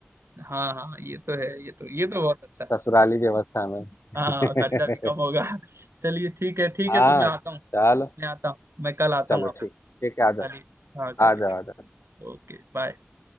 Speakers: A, on the right; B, on the left.
A: हाँ हाँ ये तो है ये तो ये तो बहुत अच्छा
B: ससुराली व्यवस्था में <laughs>
A: हाँ और खर्चा भी कम होगा चलिए ठीक है ठीक
B: हाँ
A: है तो मैं आता हूँ
B: चलो
A: मैं आता हूँ मैं कल आता
B: चलो
A: हूँ आप
B: ठीक ठीक है आ जाओ
A: कल ही हाँ कल
B: आ
A: ही
B: जाओ आ जाओ
A: Okay bye